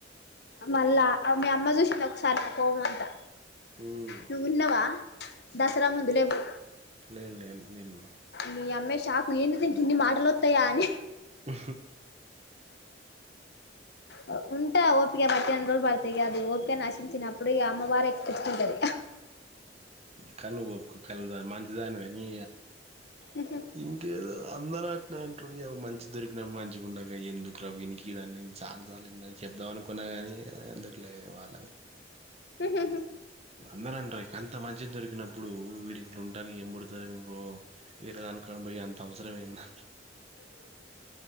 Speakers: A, on the left; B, on the right.
A: మళ్ళా మీ అమ్మ చూసింది ఒకసారినా కోపం అంతా
B: ఉమ్
A: నువ్వు ఉన్నావా దసరా ముందులేవ్యు
B: లేను లేను నేను
A: మీ అమ్మా షాక్ ఏంది దీనికి ఎన్ని మాటలు వస్తాయా అని
B: ఆ
A: ఆ ఉంటా ఓపిక పట్ట రోజు పడుతా అది ఓపిక నశించినప్పుడు అమ్మవారు ఎక్కి ఎక్కించుకుంటాది <inaudible>
B: కానీ నువ్వు మంచిదనివి కలదానివి నీ
A: ఇగ
B: ఇంకేదో అందరూ అట్నీ అంటారు మ మంచి దొరికినప్పుడు మంచిగక ఉండక ఎందుకు రా వినికి ఇయ్యని చనా సార్లు విన్నా చెప్తా అనుకూన కాని ఎందుకు వాళ్ళ
A: హహ
B: అందరు అంటారు అంత మంచిది దొరికినప్పుడు వీడు ఎట్లుంటానికి ఏం పడుతారు ఏమో వీరదాను కా పోయి అంతవసరమేన్నా <inaudible>